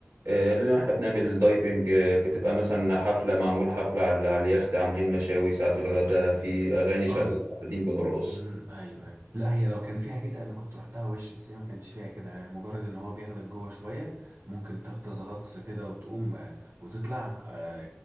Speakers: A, on the right; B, on the right.
A: آه، لأن احنا بنعمل دايفنج آه، بتبقى مثلا حفلة معمول حفلة على على اليخت عاملين مشاوي ساعة الغداء في أغاني شغالة
B: اه ال-
A: قاعدين بنرقص
B: امم ايوه ايوه لا هي لو كان فيها كده انا كنت رحتها وش بس هي ما كانش فيها كده هي مجرد ان هو بياخدك جوه شوية ممكن تغطس غطس كده وتقوم آه، وتطلع آه،